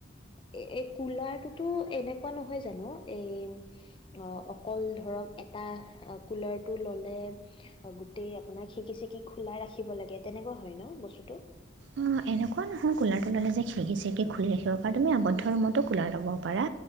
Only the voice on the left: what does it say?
এ এই কুলাৰটোতো এনেকুৱা নহয় জানো এই অ অকল ধৰক এটা কুলাৰটো ললে গোটেই আপোনাক সিকি চিকি খোলাই ৰাখিব লাগে তেনেকুৱা হয় ন বস্তুটো